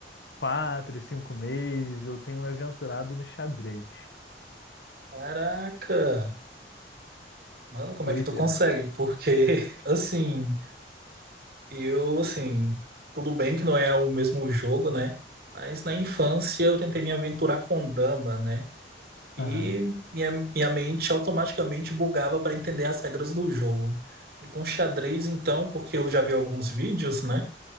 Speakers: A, on the left; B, on the right.
A: quatro, cinco meses, eu tenho me aventurado no xadrez.
B: Caraca, mano, como
A: Pois
B: é que tu consegue?
A: é.
B: Porque, <laughs> assim, eu, assim, tudo bem que não é o mesmo jogo, né? Mas na infância eu tentei me aventurar com dama, né? E
A: Ah,
B: minha, minha mente automaticamente bugava para entender as regras do jogo. E com xadrez, então, porque eu já vi alguns vídeos, né?